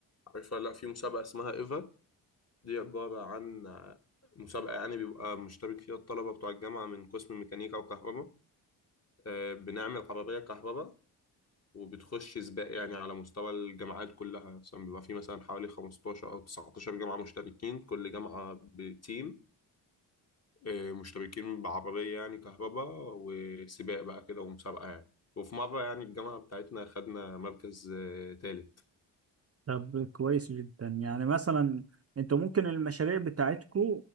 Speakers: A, on the left (about 30°); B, on the right (about 30°).
A: عارفها لا في مسابقة اسمها إيفا دي عبارة عن مسابقة يعني بيبقى مشترك فيها الطلبة بتوع الجامعة من قسم ميكانيكا وكهرباء آه، بنعمل عربية كهرباء وبتخش سباق يعني على مستوى الجامعات كلها مثلا بيبقى في مثلا حوالي 15 أو 19 جامعة مشتركين كل جامعة بتيم آه، مشتركين بعربية يعني كهرباء وسباق بقى كده ومسابقة يعني وفي مرة يعني الجامعة بتاعتنا خدنا مركز آه، تالت
B: طب كويس جدا يعني مثلا انتوا ممكن المشاريع بتاعتكم